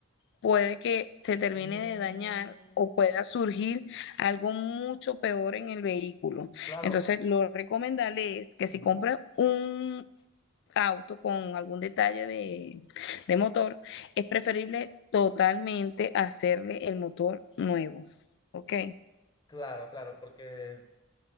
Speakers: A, on the left; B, on the left.
A: puede que se termine
B: Mm,
A: de dañar o pueda surgir algo mucho peor en el vehículo.
B: claro.
A: Entonces, lo recomendable es que si
B: ujú.
A: compras un auto con algún detalle de, de motor, es preferible totalmente hacerle el motor nuevo. ¿Ok?
B: Claro, claro, porque